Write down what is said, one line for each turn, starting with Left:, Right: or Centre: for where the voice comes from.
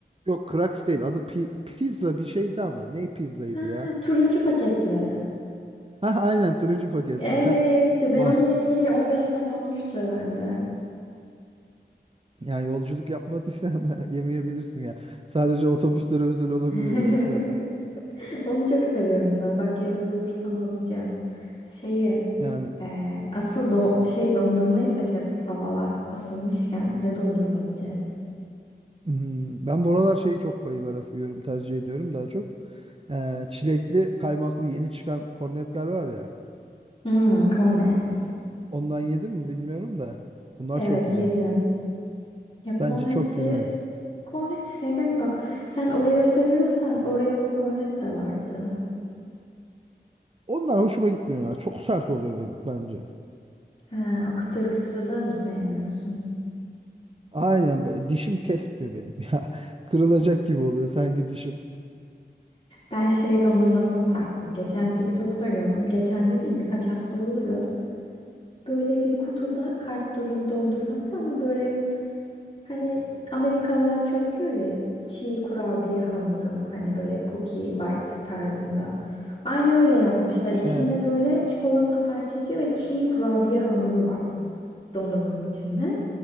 Right: yok Crax değil adı pi- pizza bir şeydi ama ne pizzaydı
Left: Ha
Right: ya.
Left: turuncu paketli.
Right: Ha aynen turuncu paketli
Left: Evet
Right: ya. <laughs>
Left: ben
Right: Bah
Left: onu yemeyeli 15 sene olmuştur herhalde.
Right: yani yolculuk yapmadıysan da <laughs> yemeyebilirsin ya. Sadece otobüslere özel olabilir
Left: <laughs>
Right: belki o da.
Left: Onu çok seviyorum ben. Bak yarın bulursam alacağım. Şeyi
Right: Yani
Left: e, asıl don şey dondurmayı seç asıl havalar ısınmışken ne dondurma yiyeceğiz?
Right: hmm, ben buralar şeyi çok bayılarak yiyorum tercih ediyorum daha çok. Ee, çilekli kaymaklı yeni çıkan kornetler var ya.
Left: Hmm, cornets.
Right: Ondan yedim mi bilmiyorum da. Onlar
Left: Evet
Right: çok güzel.
Left: yedim. Ya korneti
Right: Bence çok güzel.
Left: korneti seveyim mi? Bak sen Oreo seviyorsan Oreo'lu kornet de vardı.
Right: Onlar hoşuma gitmiyor ya. Çok sert oluyor benim, bence.
Left: He, o kıtır kıtırlığı mı sevmiyorsun?
Right: Aynen b- dişim kesmiyor benim <laughs> ya. Kırılacak gibi oluyor sanki dişim.
Left: Ben şey dondurmasına taktım. Geçen TikTok'ta gördüm. Geçen dediğim birkaç hafta oluyor. Böyle bir kutuda Kartdor'un dondurması ama böyle hani Amerikalılar çok yiyor ya çiğ kurabiye hamuru hani böyle cookie bite tarzında. Aynı öyle yapmışlar. İçinde
Right: Ee,
Left: böyle çikolata parçacığı ve çiğ kurabiye hamuru var. dondurmanın içinde.